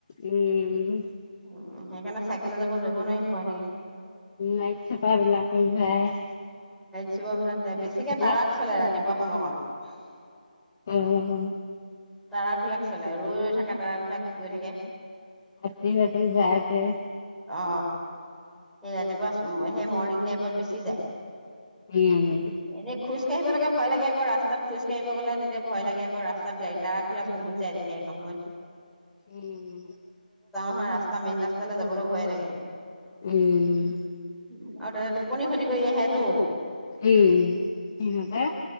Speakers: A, on the left; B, in the centre.
A: উমম।
B: উম সেইকাৰণে চাইকেলে যাব দিব নোৱাৰি ভয় লাগে।
A: নাইট ছুপাৰবিলাকো যায়।
B: ছুপাৰবিলাক যায়।
A: সেইফালে।
B: বেছিকে ট্ৰক চলে ৰাতিপ কিবা সময়ত কাৰণত
A: উম,
B: ট্ৰাকবিলাক চলে ৰৈ-ৰৈ থাকে। ট্ৰাকবিলাক গৈ থাকে।
A: ৰাতি-ৰাতি যায় যে।
B: অ সেই ৰাতিপ উম, সেই মৰনিং টাইমত বেছি যায়।
A: উম।
B: এনে খোঁজ কাঢ়িবলৈ ভয় লাগে আকৌ ৰাস্তাত খোঁজ কাঢ়িব গ'লে তেতিয়া আকৌ ৰাস্তাত গাড়ী-ট্ৰাকবিলাক বহুত যায়। তেতিয়া সেইটা সময়ত
A: উম।
B: ৰাস্তা-মেইন ৰাস্তালৈ যাবলৈ ভয়ে লাগে।
A: উম।
B: উ, আৰু তাতে টোপনি ক্ষতি কৰি আহেটো।
A: উম, সিহঁতে